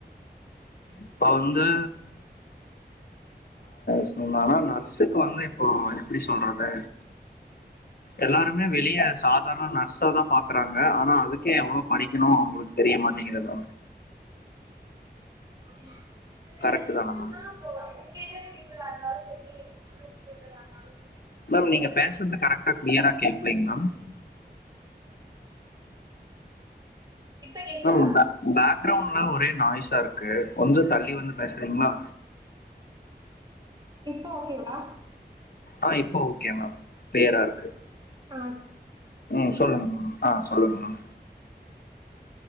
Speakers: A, on the left (about 60°); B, on the right (about 20°).
A: இப்ப வந்து சொன்னா நர்ஸுக்கு வந்து இப்போ எப்படி சொல்றது எல்லாருமே வெளியே சாதாரண நர்ஸா தான் பாக்குறாங்க ஆனா அதுக்கே எவ்வளவு படிக்கணும் அவங்களுக்கு தெரிய மாட்டேங்குது எல்லா
B: ஆமா இது
A: கரெக்ட்
B: என்னனா
A: தானே மேம்
B: <unintelligible> எஜுகேட்டட் பீபுலா இருந்தாலு செரி நான் எஜுகேட்டட்டா இருந்தாலு செரி
A: மேம் நீங்க பேசறது கரெக்டா கிளியரா
B: அன்எஜுகேட்டடா
A: கேக்லீங்
B: இருந்தாலு சரி ஆ
A: மேம்
B: வந்து இப்ப கேக்குதா
A: மேம் பே பேக்ரௌண்ட் ஒரே நாய்ஸா இருக்கு கொஞ்சோ தள்ளி வந்து பேசுறீங்களா
B: இப்போ ஓகே வா
A: ஆ இப்போ ஓகே மேம் கிளியரா இருக்கு
B: ஆ
A: ம் சொல்லுங்க மா ஆ சொல்லுங்க மேம்